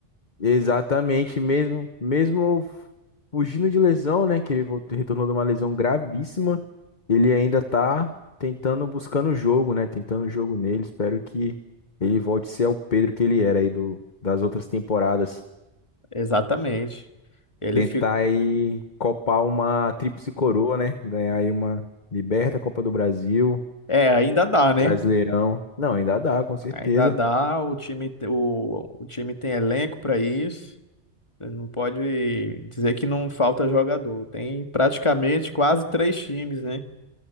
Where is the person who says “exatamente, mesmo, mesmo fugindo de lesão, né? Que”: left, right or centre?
Left